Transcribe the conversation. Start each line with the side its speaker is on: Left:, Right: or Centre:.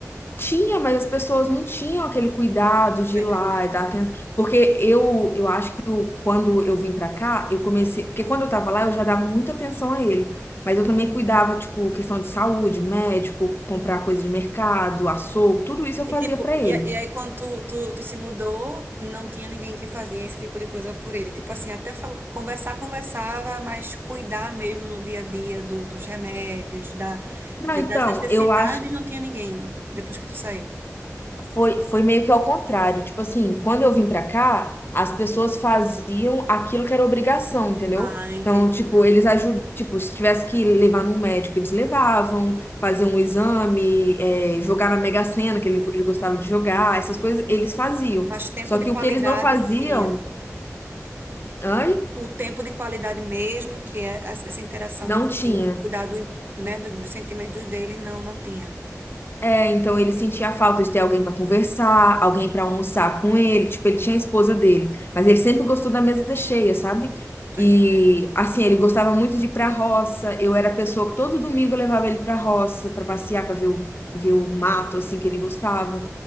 Left: tinha, mas as pessoas não tinham aquele cuidado de
Right: Tá
Left: ir
Right: entendendo?
Left: lá e dar atenção. Porque eu, eu acho que eu- quando eu vim pra cá, eu comecei. Porque quando eu tava lá, eu já dava muita atenção a ele. Mas eu também cuidava, tipo, questão de saúde, médico, comprar coisa de mercado, açougue, tudo isso eu
Right: E
Left: fazia
Right: tipo,
Left: pra
Right: e,
Left: ele.
Right: a- e aí quando tu, tu, tu se mudou, não tinha ninguém que fazia esse tipo de coisa por ele. Tipo assim, até fal- conversar, conversava, mas cuidar mesmo no dia a dia do, dos remédios, da,
Left: Não,
Right: de-
Left: então,
Right: das necessidades,
Left: eu acho.
Right: não tinha ninguém depois que tu saiu.
Left: Foi, foi meio que ao contrário. Tipo assim, quando eu vim pra cá, as pessoas faziam aquilo que era obrigação, entendeu?
Right: Ah, entendi,
Left: Então, tipo, eles ajudam, tipo, se tivesse que levar num médico, eles levavam, faziam um exame, é, jogar na Mega Sena, que ele gostava de jogar,
Right: entendi.
Left: essas coisas eles faziam.
Right: Mas tempo
Left: Só
Right: de
Left: que
Right: qualidade
Left: o que eles não faziam,
Right: não tinha.
Left: ai,
Right: O tempo de qualidade mesmo, que é essa essa interação,
Left: não
Right: tipo
Left: tinha.
Right: assim, de cuidar do, né, do- dos sentimentos dele, não, não tinha.
Left: É, então ele sentia a falta de ter alguém pra conversar, alguém pra almoçar com ele. Tipo, ele tinha a esposa dele, mas ele sempre gostou da mesa cheia, sabe?
Right: Tô
Left: E
Right: entendendo.
Left: assim, ele gostava muito de ir pra roça. Eu era a pessoa que todo domingo eu levava ele pra roça pra passear, pra ver o, ver o mato assim que ele gostava.